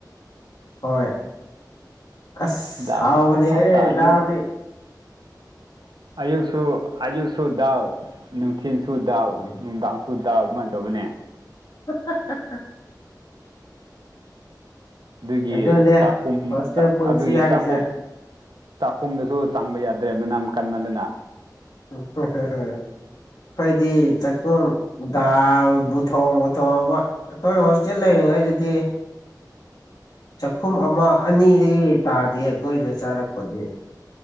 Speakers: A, on the left; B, on the right.
A: ꯍꯣꯏ ꯑꯁ
B: ꯗꯥꯜ
A: ꯍꯥꯎꯕꯅꯦꯍꯗꯗꯤ
B: ꯉꯥꯛꯇ ꯑꯌꯨꯛ ꯑꯌꯨꯛꯁꯨ ꯑꯌꯨꯛꯁꯨꯗꯎ ꯊꯤꯟꯁꯨ ꯗꯥꯜ
A: ꯎꯝ
B: ꯅꯨꯡꯗꯥꯡꯁꯨ ꯗꯥꯜ ꯑꯗꯨꯃꯥꯏꯅ ꯇꯧꯕꯅꯦ
A: ꯎ
B: ꯑꯗꯨꯒꯤ
A: ꯑꯗꯨꯅꯦ
B: ꯆꯥꯛꯈꯨꯝ
A: ꯍꯣꯁꯇꯦꯜ ꯄꯨꯟꯁꯤ
B: ꯑꯗꯨꯒꯤ
A: ꯍꯥꯏꯁꯦ
B: ꯆꯥꯛ ꯆꯥꯛꯈꯨꯝꯗꯁꯨ ꯆꯥꯡꯕ ꯌꯥꯗꯦ ꯑꯗꯨꯗꯦ ꯃꯅꯝ ꯀꯟꯕꯗꯅ
A: ꯎ ꯍ ꯍ ꯍ ꯑꯩꯈꯣꯏꯗꯤ ꯆꯈꯨꯝ ꯗꯥꯜ ꯕꯨꯊꯣꯡ ꯕꯨꯊꯣꯡ ꯑꯃ ꯑꯩꯈꯣꯏ ꯍꯣꯁꯇꯦꯜ ꯂꯩ ꯅꯨꯡꯉꯥꯏ ꯑꯗꯨꯗꯤ ꯆꯥꯛꯈꯨꯝ ꯑꯃ ꯑꯅꯤꯗꯒꯤ ꯇꯥꯗꯦ ꯑꯩꯈꯣꯏꯅ ꯆꯥꯔꯛꯄꯗꯤ